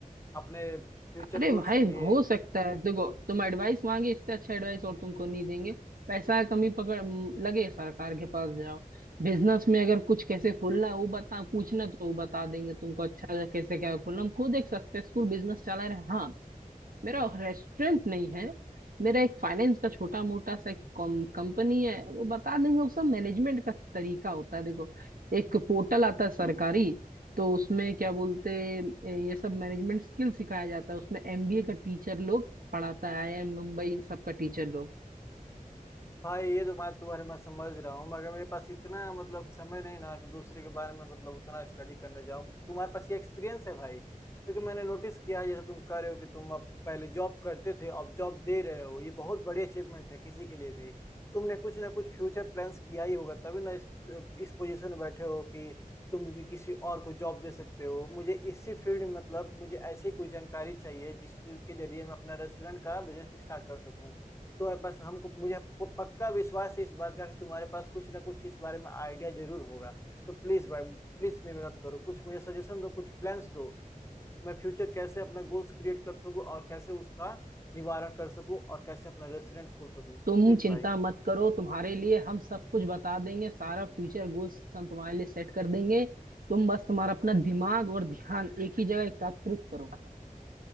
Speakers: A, on the left (about 20°); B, on the right (about 75°).
A: अपने फ्यूचर
B: अरे
A: गोल्स
B: भाई
A: के लिए
B: हो सकता है देखो तुम एडवाइस मांगे इससे अच्छा एडवाइस और तुमको नहीं देंगे पैसा कमी पकड़ म, लगे सरकार के पास जाओ बिजनेस में अगर कुछ कैसे खोलना है वो बता पूछना तो वो बता देंगे तुमको अच्छा कैसे क्या खोलना हम खुद एक सक्सेसफुल बिजनेस चला रहे हैं। हाँ मेरा रेस्टोरेंट नहीं है मेरा एक फाइनेंस का छोटा मोटा सा एक कंपनी है वो बता देंगे वो सब मैनेजमेंट का तरीका होता है देखो एक पोर्टल आता है सरकारी तो उसमें क्या बोलते ए, ये सब मैनेजमेंट स्किल सिखाया जाता है उसमें एमबीए का टीचर लोग पढ़ाता है आईआईएम मुंबई इन सब का टीचर लोग
A: भाई ये तो मैं तुम्हारे मैं समझ रहा हूँ मगर मेरे पास इतना मतलब समय नहीं ना कि दूसरे के बारे में मतलब उतना स्टडी करने जाऊँ तुम्हारे पास ये एक्सपीरियंस है भाई क्योंकि मैंने नोटिस किया जैसे तुम कह रहे हो कि तुम अब पहले जॉब करते थे अब जॉब दे रहे हो ये बहुत बड़ी अचीवमेंट है किसी के लिए भी तुमने कुछ ना कुछ फ्यूचर प्लान्स किया ही होगा तभी ना इस इस पोजीशन में बैठे हो कि तुम भी किसी और को जॉब दे सकते हो मुझे इसी फील्ड में मतलब मुझे ऐसी कोई जानकारी चाहिए जिसके जरिए मैं अपना रेस्टोरेंट का बिजनेस स्टार्ट कर सकूँ तो बस हमको मुझे प- पक्का विश्वास है इस बात का कि तुम्हारे पास कुछ ना कुछ इस बारे में आइडिया जरूर होगा तो प्लीज भाई प्लीज मेरी मदद करो कुछ मुझे सजेशन दो कुछ प्लान्स दो मैं फ्यूचर कैसे अपना गोल्स क्रिएट कर सकूं और कैसे उसका निवारण कर सकूं और कैसे अपना रेस्टोरेंट खोल सकूं
B: तुम
A: प्लीज
B: चिंता
A: भाई
B: मत करो तुम्हारे लिए हम सब कुछ बता देंगे सारा फ्यूचर गोल्स हम तुम्हारे लिए सेट कर देंगे तुम बस तुम्हारा अपना दिमाग और ध्यान एक ही जगह एकत्रित करो